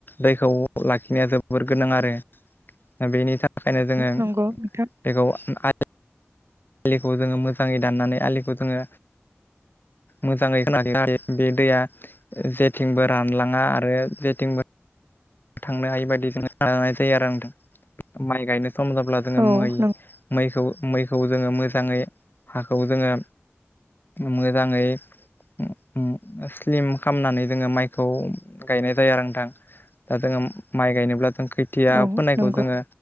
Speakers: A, on the left (about 50°); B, on the right (about 80°).
A: दैखौ लाखिनाया जोबोर गोनां आरो। दा बेनि थाखायनो जोङो
B: नंगौ नोंथां
A: बेखौ आ आलिखौ जोङो मोजाङै दाननानै आलिखौ जोङो मोजाङै खोनानै लायो बे दैया जेथिंबो रानलाङा आरो जेथिंबो थांनो हायि बायदि <unintelligible> जायो आरो नोंथां माइ गायनो सम जाब्ला जोङो
B: औ
A: मै-मैखौ
B: नों
A: मै खौ जोङो मोजाङै हाखौ जोङो मोजाङै उ उम स्लिम खामनानै जोङो माइखौ गायनाय जायो आरो नोंथां। दा जोङो माइ गायनोब्ला जों खोथिया
B: औ
A: फोनायखौ
B: नंगौ
A: जोङो